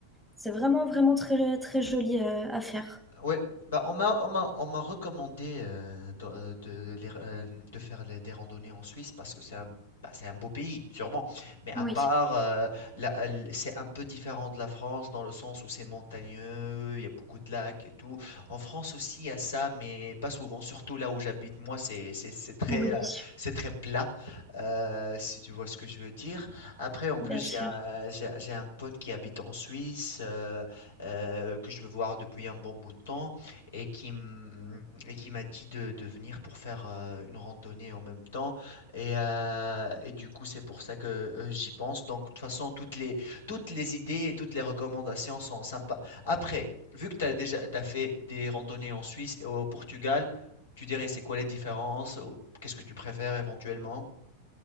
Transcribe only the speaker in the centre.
c'est vraiment vraiment très très joli euh, à faire.
Oui,
oui,
bien sûr.